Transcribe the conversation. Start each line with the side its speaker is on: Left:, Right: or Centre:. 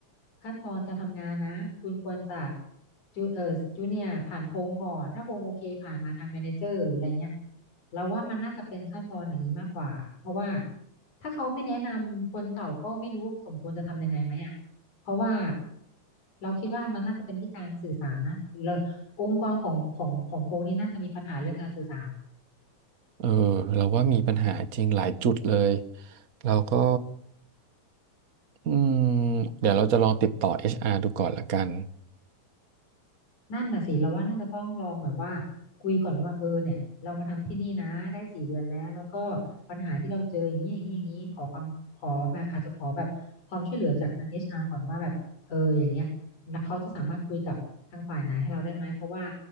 Left: ขั้นตอนการทำงานนะคุณควรจะจูเออจูเนียผ่านโพงก่อนถ้าโพงโอเคผ่านมาทางแมเนเจอร์หรืออะไรเงี้ยเราว่ามันน่าจะเป็นขั้นตอนอย่างนี้มากกว่าเพราะว่าถ้าเขาไม่แนะนำคนเก่าก็ไม่รู้ว่าสมควรจะทำยังไงไหมอ่ะเพราะว่าเราคิดว่ามันน่าจะเป็นที่การสื่อสารนะแล้วองค์กรของของของพงนี้น่าจะมีปัญหาเรื่องการสื่อสาร
Right: เออเราว่ามีปัญหาจริงหลายจุดเลยเราก็อืมเดี๋ยวเราจะลองติดต่อ HR ดูก่อนละกัน
Left: นั่นน่ะสิเราว่าน่าจะต้องลองแบบว่าคุยก่อนว่าเออเนี่ยเรามาทำที่นี่นะได้สี่เดือนแล้วแล้วก็ปัญหาที่เราเจออย่างนี้อย่างนี้อย่างนี้ขอความขอแบบอาจจะขอแบบความช่วยเหลือจากทาง HR ก่อนว่าแบบเอออย่างเงี้ยแล้วเขาจะสามารถคุยกับทางฝ่ายไหนให้เราได้ไหมเพราะว่า